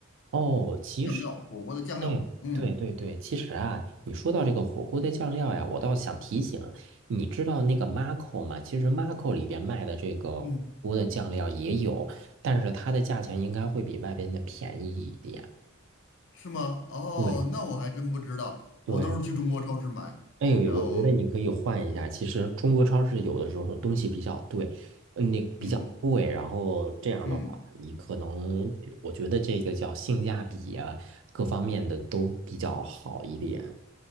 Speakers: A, on the right; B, on the left.
A: 哦，其实。
B: 酱料，火锅的酱料。
A: 哎，
B: 嗯
A: 对对对，其实啊，你说到这个火锅的酱料呀，我倒想提醒，你知道那个 Marco 吗？其实 Marco 里边卖的这个火锅的酱料也有，
B: 嗯。
A: 但是它的价钱应该会比外边的便宜一点。
B: 是吗？哦，
A: 对
B: 那我还真不知道，
A: 对，
B: 我都是去中国超市买，
A: 哎，
B: 然后
A: 我觉得你可以换一下。其实中国超市有的时候东西比较对，嗯那比较贵，
B: 嗯
A: 然后这样的话，
B: 嗯，
A: 你可能我觉得这个叫性价比啊，各方面的都比较好一点。